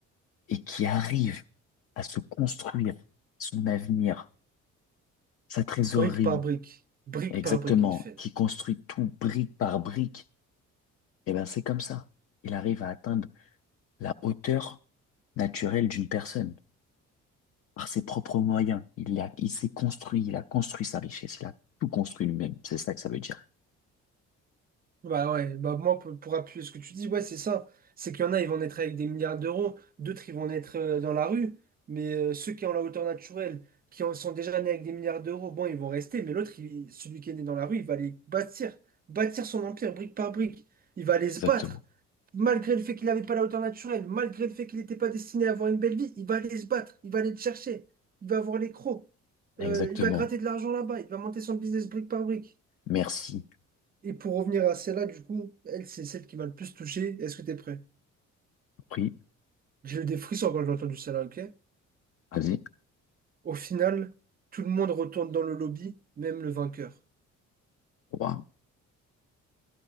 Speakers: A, on the left; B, on the right.
A: et qui arrive à se construire son avenir, sa trésorerie,
B: Brique par brique, brique
A: exactement,
B: par brique, il fait.
A: qui construit tout brique par brique, eh ben c'est comme ça il arrive à atteindre la hauteur naturelle d'une personne par ses propres moyens. Il l'a- il s'est construit, il a construit sa richesse, il a tout construit lui-même. C'est ça que ça veut dire.
B: Bah ouais, bah moi pour, pour appuyer ce que tu dis, ouais, c'est ça. C'est qu'il y en a, ils vont naître avec des milliards d'euros, d'autres, ils vont naître euh, dans la rue, mais euh, ceux qui ont la hauteur naturelle, qui en sont déjà nés avec des milliards d'euros, bon, ils vont rester, mais l'autre, il- celui qui est né dans la rue, il va aller bâtir, bâtir son empire brique par brique. Il va aller
A: Exactement.
B: se battre, malgré le fait qu'il n'avait pas la hauteur naturelle, malgré le fait qu'il n'était pas destiné à avoir une belle vie, il va aller se battre, il va aller le chercher, il va avoir les crocs,
A: Exactement.
B: Euh, il va gratter de l'argent là-bas, il va monter son business brique par brique.
A: Merci.
B: Et pour revenir à celle-là, du coup, elle, c'est celle qui m'a le plus touché. Est-ce que t'es prêt?
A: pris
B: J'ai eu des frissons quand j'ai entendu celle-là, ok?
A: vas-y.
B: Au final, tout le monde retourne dans le lobby, même le vainqueur.
A: Waouh.